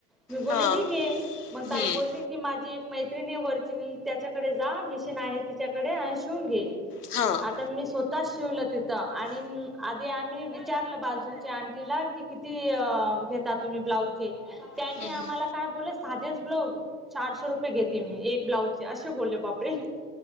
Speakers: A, in the centre; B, on the left.
A: मी बोलले
B: हां.
A: ठीक आहे मग
B: हं.
A: ताई बोलली की माझी मैत्रिणी वरची त्याच्याकडे जा मिशन आहे तिच्याकडे आणि शिवून घे.
B: हां.
A: आता मी स्वतः शिवल तिथं आणि आधी आम्ही विचारलं बाजूच्या आण तिला किती घेता तुम्ही ब्लाउज चे त्यांनी
B: हं,
A: आम्हाला
B: हं.
A: काय बोल साधेच ब्लाउज चारशे रुपये घेते मी एक ब्लाउज चे असे बोलले बापरे!